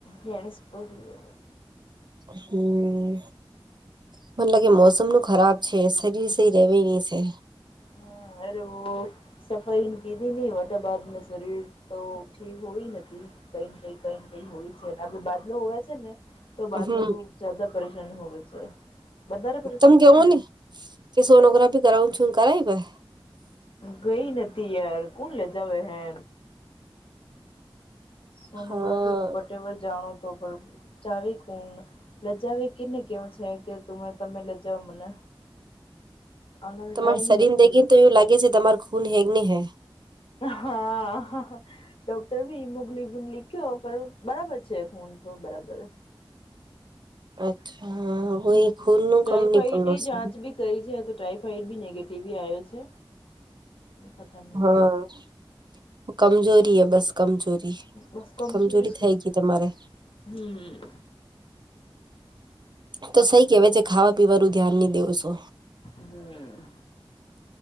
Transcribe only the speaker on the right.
હમ મને લાગે મોસમ નું ખરાબ છે. કે સરીર સઇ રેવીની છે.
હમ
તમ કેવો
ને કે સોનોગ્રાફી કરાવું છું કરાવી પઈ.
હા
તમાર
શરીર
ને દેખીને તો એવું લાગે છે તમારે ખૂન હેગ ને હૈ.
અચ્છા. વોઈ
ખૂન નું
કમ ની પડનું છે
હા
કમજોરી એ બસ કમજોરી
કમજોરી
થઈ ગઈ તમારે.
તો સઈ કેવાય છે ખાવા પીવાનું ધ્યાન નહી દેવ છો.